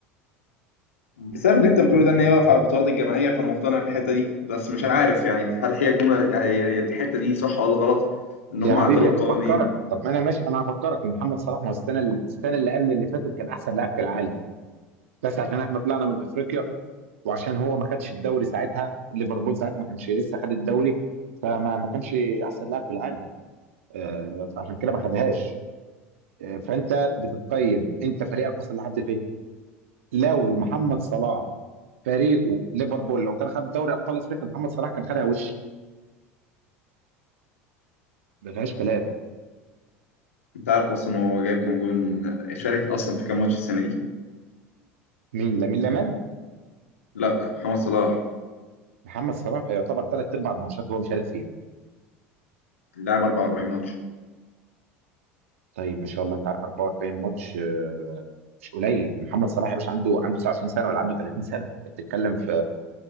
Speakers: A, on the left (about 80°); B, on the right (about 75°).
A: بسبب اللي انت بتقوله ده ان هي واقفه على البطولات الجماعيه فانا مقتنع بالحته دي بس مش عارف يعني هل هي الجمله يعني هي الحته دي صح ولا غلط ان
B: يا
A: هم
B: حبيبي
A: عدلوا القوانين
B: هفكرك طب ما انا ماشي انا هفكرك محمد صلاح ما هو السنه السنه اللي قبل اللي فاتت كان احسن لاعب في العالم بس عشان احنا طلعنا من افريقيا وعشان هو ما خدش الدوري ساعتها ليفربول ساعتها ما كانش لسه خد الدوري فما ما كانش احسن لاعب في العالم آه فعشان كده ما خدهاش آه فانت بتتقيم انت فريقك وصل لحد فين لو محمد صلاح فريقه ليفربول لو كان خد دوري ابطال افريقيا محمد صلاح كان خدها وش ما فيهاش كلام
A: انت عارف اصلا هو جايب كام جون شارك اصلا في كام ماتش السنه دي
B: مين لامين يامال
A: لا محمد صلاح
B: محمد صلاح يعتبر ثلاث ارباع الماتشات هو مشارك فيها
A: لعب 44 ماتش
B: طيب ما شاء الله انت عارف 44 ماتش آه، مش قليل محمد صلاح يا باشا عنده عنده 29 سنه ولا عنده 30 سنه انت بتتكلم في